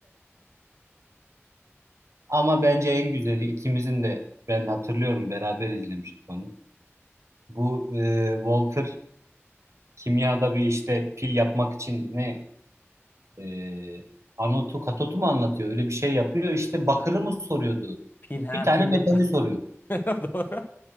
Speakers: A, on the right; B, on the left.
A: Ama bence en güzeli ikimizin de ben hatırlıyorum beraber izlemiştik onu. Bu e, Walter kimyada bir işte pil yapmak için ne e, anotu katotu mu anlatıyor? Öyle bir şey yapıyor. İşte bakırı mı soruyordu?
B: Pil ha
A: Bir tane
B: pil
A: metali
B: yap.
A: soruyor.
B: <laughs> Doğru.